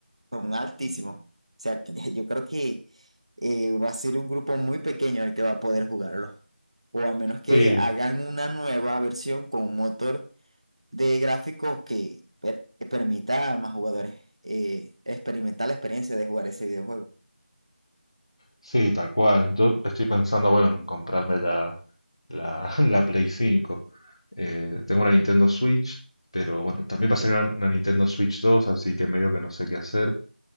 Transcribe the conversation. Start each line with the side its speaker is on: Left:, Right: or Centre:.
Right: Son altísimos. O sea, <laughs> yo creo que eh, va a ser un grupo muy pequeño el que va a poder jugarlo. O a menos que
Left: Sí,
Right: hagan una nueva versión con un motor de gráficos que, per- que permita a más jugadores eh, experimentar la experiencia de jugar ese videojuego.
Left: sí, tal cual. Yo estoy pensando, bueno, en comprarme la, la, <laughs> la Play cinco Eh, tengo una Nintendo switch pero bueno, también va a salir una, una Nintendo Switch dos así que medio que no sé qué hacer.